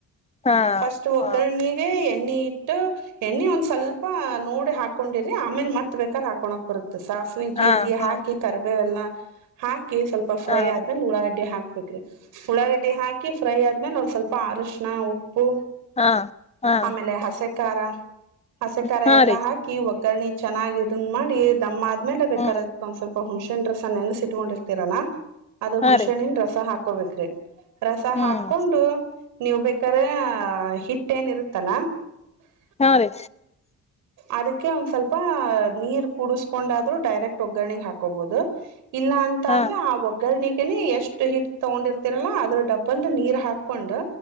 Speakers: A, on the left (about 20°); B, on the right (about 85°).
A: ಹಾ
B: ಫಸ್ಟ್ ಒಗ್ಗರಣೆಗೆ
A: ಹಾ
B: ಎಣ್ಣೆ ಇಟ್ಟು ಎಣ್ಣೆ ಒಂದ್ ಸ್ವಲ್ಪ ನೋಡಿ ಹಾಕೊಂಡಿರಿ ಆಮೇಲೆ ಮತ್ ಬೇಕಾರಾ ಹಾಕೊನಕ್ ಬರುತ್ತೆ ಸಾಸಿವ
A: ಹಾ
B: ಜೀರ್ಗ
A: ಹಾ
B: ಹಾಕಿ ಕರ್ಬೇ ಎಲ್ಲಾ ಹಾಕಿ ಸ್ವಲ್ಪ ಫ್ರೈ
A: ಹಾ ಹಾ
B: ಆದ್ಮೇಲೆ ಉಳ್ಳಾಗಡ್ಡಿ ಹಾಕ್ಬೇಕ್ರಿ ಉಳ್ಳಾಗಡ್ಡೆಡಿ ಹಾಕಿ ಫ್ರೈ ಆದ್ಮೇಲೆ ಒಂದ್ ಸ್ವಲ್ಪ ಅರಶಿನ ಉಪ್ಪು
A: ಹಾ ಹಾ ಹಾ
B: ಆಮೇಲೆ ಹಸೆ ಖಾರ ಹಸೆ ಕಾರ
A: ಹಾ
B: ಎಲ್ಲ
A: ರೀ
B: ಹಾಕಿ ಒಗ್ಗರ್ರಣೆ ಚೆನ್ನಾಗ್ ಇದನ್ನ ಮಾಡಿ ದಮ್ಮ ಆದ್ಮೇಲೆ ಬೇಕದ
A: ಹ್ಮ್
B: ಒಂದ್ ಸ್ವಲ್ಪ ಹುಣ್ಸೆಣ್ ರಸ ನೆನ್ಸಿಟ್ಕೊಂಡಿರ್ತಿರಲ್ಲಾ ಅದು
A: ಹಾ
B: ಹುಣ್ಸೆಣನ್
A: ರೀ
B: ರಸ ಹಾಕೋಬೇಕ್ರಿ ರಸ
A: ಹ್ಮ್
B: ಹಾಕೊಂಡು ನೀವು ಬೇಕ್ರೆ ಹಿಟ್ ಏನ ಇರುತ್ತಲ್ಲ
A: ಹಾ ರೀ
B: ಅದಕ್ಕೆ ಒಂದ್ ಸ್ವಲ್ಪ ನೀರ್ ಕುಡಸ್ಕೊಂಡಾದ್ರು ಡೈರೆಕ್ಟ್ ಒಗ್ಗರಣೆಗೆ ಹಾಕೋಬಹುದು ಇಲ್ಲ ಅಂತ
A: ಹಾ
B: ಅಂದ್ರೆ ಆ ಒಗ್ಗರಣೆಗೆನೆ ಎಷ್ಟು ಹಿಟ್ ತಗೊಂಡಿರ್ತ ಅದ್ರ ಡಬ್ಬಲ್ ನೀರ್ ಹಾಕೊಂಡ್